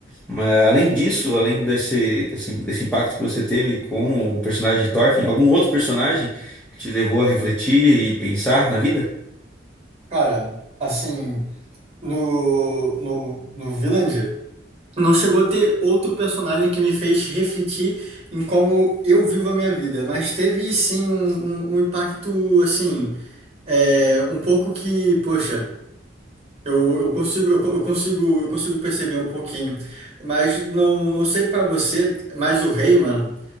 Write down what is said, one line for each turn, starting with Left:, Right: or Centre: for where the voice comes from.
Centre: Mas, além disso, além desse, desse, desse impacto que você teve com o personagem de Thorfinn, algum outro personagem que te levou a refletir e pensar na vida?
Right: Cara, assim. no, no, no Vinland, não chegou a ter outro personagem que me fez refletir em como eu vivo a minha vida, mas teve sim um, um, um impacto assim, é, um pouco que, poxa, eu, eu consigo, eu, co- eu consigo, eu consigo perceber um pouquinho, mas não, não sei pra você, mas o rei, mano.